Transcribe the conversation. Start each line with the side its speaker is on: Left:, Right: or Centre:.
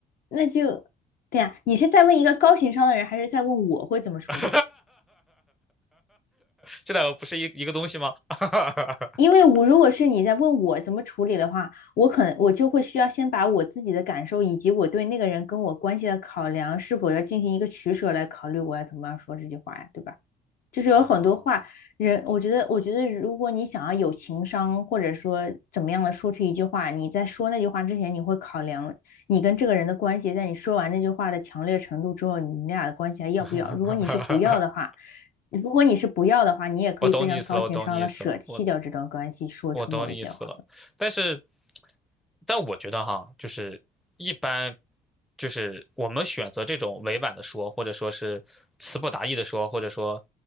Left: 那就，对呀，啊你是在问一个高情商的人，还是在问我会怎么处理？
Centre: <laughs> 这两个不是一一个东西吗？<laughs>
Left: 因为我如果是你在问我怎么处理的话，我可能我就会需要先把我自己的感受以及我对那个人跟我关系的考量是否要进行一个取舍来考虑我要怎么样说这句话呀，对吧？就是有很多话，
Centre: 啊，
Left: 人，我觉得，我觉得，如果你想要有情商，或者说怎么样的说出一句话，你在说那句话之前，你会考量你跟这个人的关系，在你说完那句话的强烈程度之后，你俩的关系还要不要？
Centre: <laughs>
Left: 如果你是不要的话，如果你是不要的话，你也可以非常高情商的舍弃掉这段关系，
Centre: 我懂你意思了，我懂你意思了，我
Left: 说出某一些话。
Centre: 我懂你意思了，但是，但我觉得哈，就是一般，就是我们选择这种委婉的说，或者说是词不达意的说，或者说，